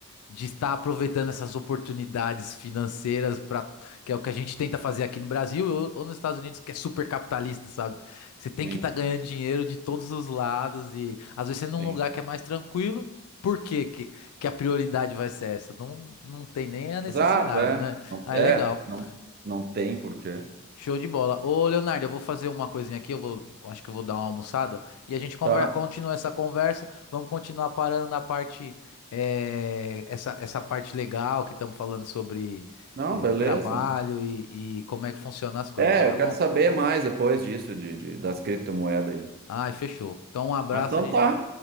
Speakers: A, on the left; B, on the right.
A: de estar aproveitando essas oportunidades financeiras para que é o que a gente tenta fazer aqui no Brasil ou, ou nos Estados Unidos, que é super capitalista, sabe? Você tem
B: Sim,
A: que estar ganhando dinheiro de todos os lados e às vezes você é num
B: sim.
A: lugar que é mais tranquilo, por quê que, que a prioridade vai ser essa? Não, não tem nem a necessidade,
B: Exato, é.
A: né?
B: Não-
A: Ah,
B: É,
A: é legal.
B: não, não tem porquê.
A: Show de bola. Ô, Leonardo, eu vou fazer uma coisinha aqui, eu vou, eu acho que eu vou dar uma almoçada e a gente conver-
B: Tá.
A: continua essa conversa. Vamos continuar parando na parte, eh, essa, essa parte legal que estamos falando sobre,
B: Não,
A: eh,
B: beleza.
A: trabalho e, e como é que funcionam as coisas,
B: É,
A: tá
B: eu quero
A: bom?
B: saber mais depois disso, de, de- das criptomoedas aí.
A: Ai, fechou. Então, um abraço,
B: Mas então
A: a gente,
B: tá,